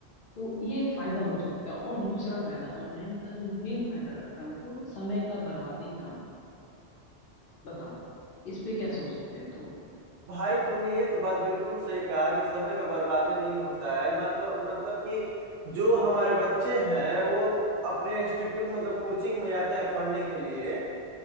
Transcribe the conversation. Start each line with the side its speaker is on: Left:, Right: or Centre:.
Left: तो ये एक फायदा हो सकता है और दूसरा फायदा ऑनलाइन का जो मेन फायदा लगता है हमको समय का बर्बादी कम बताओ इस पे क्या सोचते हो तुम
Right: भाई तुमने ये तो बात बिल्कुल सही कहा कि समय का बर्बादी नहीं होता है मतलब मतलब कि जो हमारे बच्चे हैं वो अपने इंस्टीट्यूट मतलब कोचिंग में जाते हैं पढ़ने के लिए